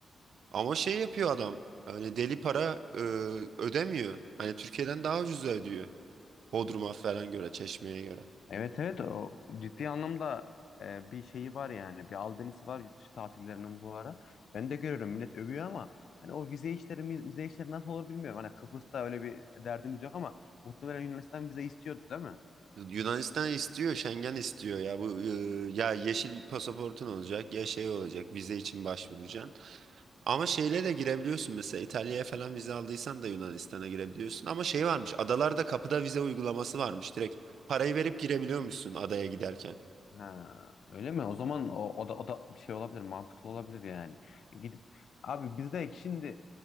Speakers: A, on the right; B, on the left.
A: Ama şey yapıyor adam. Hani deli para eee, ödemiyor. Hani Türkiye'den daha ucuz ödüyor. Bodrum'a falan göre, Çeşme'ye göre.
B: Evet evet o ciddi anlamda e, bir şeyi var yani bir albenisi var yurt dışı tatillerinin bu ara. Ben de görüyorum millet övüyor ama hani o vize işleri mi- vize işleri nasıl olur bilmiyorum. Hani Kıbrıs'ta öyle bir derdimiz yok ama muhtemelen Yunanistan vize istiyordu değil mi?
A: Yunanistan istiyor, Schengen istiyor ya. Bu e, ya yeşil pasaportun olacak ya şey olacak. Vize için başvuracaksın. Ama şeyle de girebiliyorsun mesela İtalya'ya falan vize aldıysan da Yunanistan'a girebiliyorsun. Ama şey varmış. Adalarda kapıda vize uygulaması varmış. Direkt parayı verip girebiliyormuşsun adaya giderken.
B: Ha, öyle mi? O zaman o, o da o da bir şey olabilir, mantıklı olabilir yani. E, Gidip abi biz şimdi